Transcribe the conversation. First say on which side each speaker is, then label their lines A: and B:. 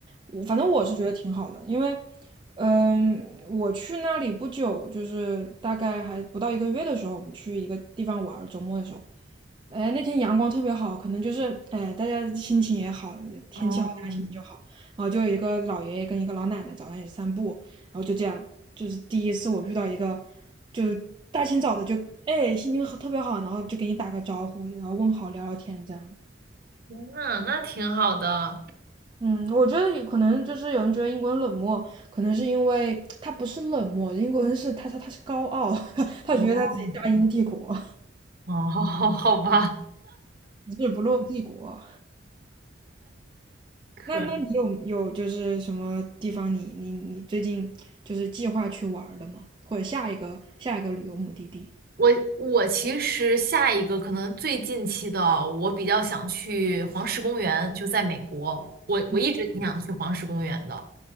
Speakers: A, on the right (about 25°); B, on the right (about 50°).
A: 我反正我是觉得挺好的，因为，嗯，我去那里不久，就是大概还不到一个月的时候，我们去一个地方玩儿，周末的时候，哎，那天阳光特别好，可能就是哎，大家心情也好，天气好，
B: 哦，
A: 大家心情就好。然后就有一个老爷爷跟一个老奶奶早上也是散步，然后就这样，就是第一次我遇到一个，就是大清早的就哎心情好特别好，然后就给你打个招呼，然后问好聊聊天这样。
B: 天呐，那挺好的。
A: 嗯，我觉得有可能就是有人觉得英国人冷漠，可能是因为他不是冷漠，英国人是他他他是高傲，<laughs> 他觉得他自己大英帝国，
B: 哦，哦，<laughs> 好吧，
A: <laughs> 日不落帝国。
B: 可
A: 那那你有有就是什么地方你你你最近就是计划去玩儿的吗？或者下一个下一个旅游目的地？
B: 我我其实下一个可能最近期的，我比较想去黄石公园，就在美国。我我一直挺想去黄石公园的，
A: 嗯